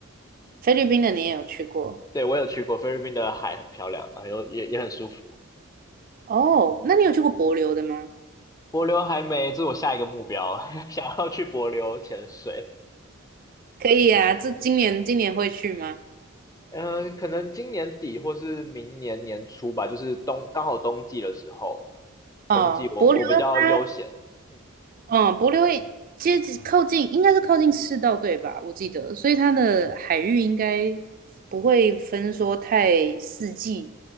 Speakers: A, on the right (about 45°); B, on the left (about 15°).
A: 菲律宾的你也有去过。
B: 对，我有去过，菲律宾的海很漂亮，然后又也也很舒服。
A: 哦，那你有去过帛琉的吗？
B: 帛琉还没，这是我下一个目标，<laughs> 想要去帛琉潜水。
A: 可以啊，这今年今年会去吗？
B: 嗯，可能今年底或是明年年初吧，就是冬，刚好冬季的时候，
A: 哦，
B: 冬季我我比较悠闲，
A: 帛琉它，
B: 嗯，
A: 嗯，帛琉也接近靠近，应该是靠近赤道对吧？我记得，所以它的海域应该不会分说太四季